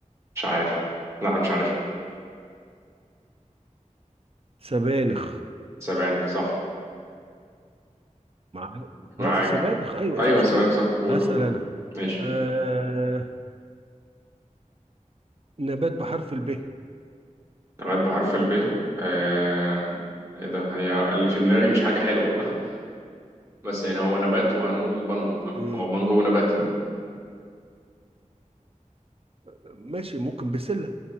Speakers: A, on the right; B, on the right.
A: مش عارف لا مش عارفها
B: سبانخ
A: سبانخ صح
B: مع
A: معاك
B: اه سبانخ ايوه
A: ايوه
B: ايه المشكلة
A: سبانخ صح قول
B: هسأل
A: قول
B: انا
A: ماشي
B: آه نبات بحرف الب
A: جماد بحرف الب آه ايه ده هي اللي في دماغي مش حاجة حلوة <laughs> بس يعني هو نبات وهنقول بانجو فاهم
B: ايه
A: هو بانجو نبات
B: ماشي ممكن بسلة